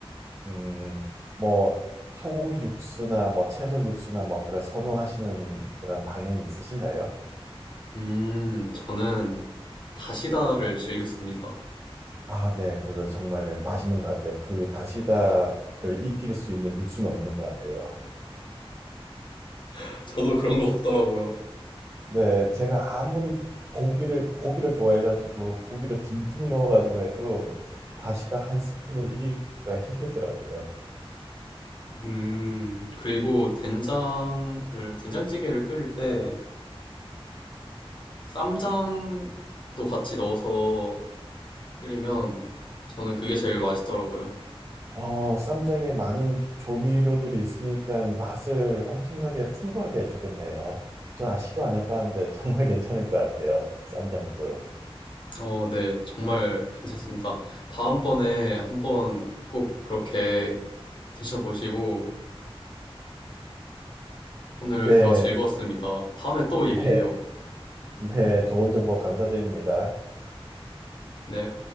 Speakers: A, on the right; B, on the left.
A: 음, 뭐, 소고기 육수나 뭐 채소 육수나 뭐 그런 선호하시는 그런 방향이 있으신가요?
B: 음, 저는 다시다를 즐겼습니다.
A: 아, 네, 그거 정말 맛있는 것 같아요. 그 다시다를 이길 수 있는 육수는 없는 것 같아요.
B: <laughs> 저도 그런 것 같더라고요.
A: 네, 제가 아무리 고기를, 고기를 좋아해가지고 고기를 듬뿍 넣어가지고 해도 다시다 한 스푼을 이기기가 힘들더라고요.
B: 음, 그리고 된장을, 된장찌개를 끓일 때 쌈장도 같이 넣어서 끓이면 저는 그게 제일 맛있더라고요.
A: 어, 쌈장에 많은 조미료들이 있으니까 맛을 엄청나게 풍부하게 해주겠네요. 저 시도 안 해봤는데 <laughs> 정말 괜찮을 것 같아요. 쌈장도.
B: 어, 네, 정말 괜찮습니다. 다음번에 한번 꼭 그렇게 드셔보시고 오늘
A: 네,
B: 대화 즐거웠습니다. 다음에 또 얘기해요.
A: 네, 네, 좋은 정보 감사드립니다.
B: 네.